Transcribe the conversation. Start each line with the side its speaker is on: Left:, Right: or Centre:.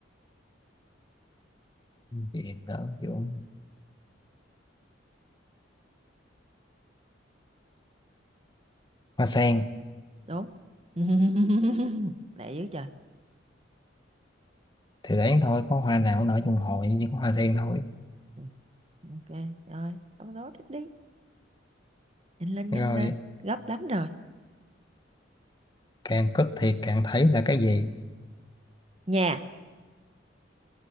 Left: Thì đó kiểu hoa sen
Right: Đúng. <laughs> Lẹ dữ trời.
Left: thì đáng thôi có hoa nào cũng nở trong hội chỉ có hoa sen thôi
Right: Ừ, Ok, rồi, câu đố tiếp đi. Nhanh lên nhanh
Left: rồi
Right: lên, gấp lắm rồi.
Left: càng cất thì càng thấy là cái gì
Right: Nhà.